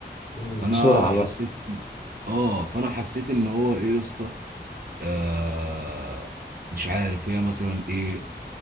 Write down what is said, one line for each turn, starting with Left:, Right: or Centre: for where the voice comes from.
Left: مم،
Right: فانا
Left: بسرعه
Right: حسيت
Left: بقى
Right: اه فانا حسيت ان هو ايه يا اسطى آه مش عارف هي مثلا ايه